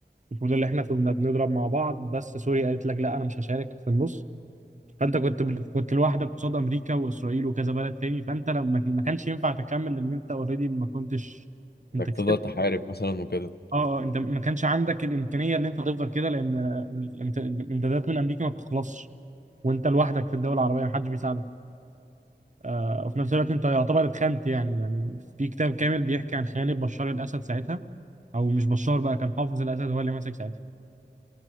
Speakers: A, on the right (about 45°); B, on the left (about 60°).
A: المفروض اللي احنا كنا بنضرب مع بعض بس سوريا قالت لك لا انا مش هشارك في النص فانت كنت كنت لوحدك قصاد امريكا واسرائيل وكذا بلد تاني فانت لما ما كانش ينفع تكمل لان انت اوريدي ما كنتش انت
B: انك تفضل
A: كسبت
B: تحارب مثلا وكده
A: اه اه انت ما كانش عندك الامكانيه اللي انت تفضل كده لان الامت- الامدادات من امريكا ما بتخلصش وانت لوحدك في الدول العربيه ما حدش بيساعدك آه، وفي نفس الوقت انت يعتبر اتخنت يعني يعني في كتاب كامل بيحكي عن خيانة بشار الأسد ساعتها أو مش بشار بقى كان حافظ الأسد هو اللي ماسك ساعتها